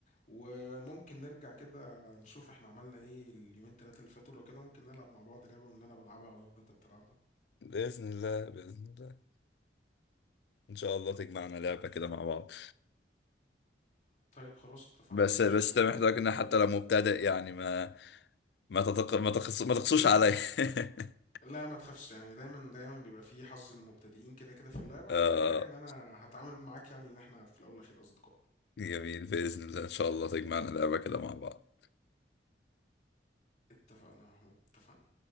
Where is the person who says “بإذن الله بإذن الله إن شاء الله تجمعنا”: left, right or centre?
Left